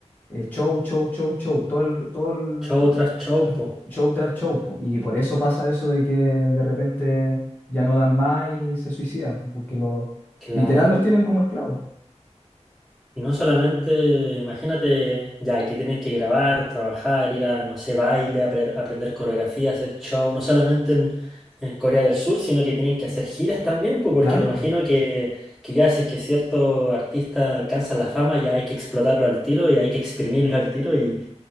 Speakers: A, on the left; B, in the centre.
A: eh, show, show, show, show, todo el, todo el
B: Show tras show,
A: <clears throat>
B: po.
A: show tras show, po, Y por eso pasa eso de que de repente ya no dan más y se suicidan, po, porque los
B: Claro,
A: literal los tienen como esclavos.
B: Y no solamente, imagínate, ya que tienen que grabar, trabajar, ir a, no sé, baile, apre- aprender coreografía, hacer show, no solamente en, en Corea del Sur, sino que tienen que hacer giras también, pues, porque
A: Claro,
B: me imagino que, que ya si es que cierto artista alcanza la fama, ya hay que explotarlo al tiro y hay que exprimirlo al tiro y,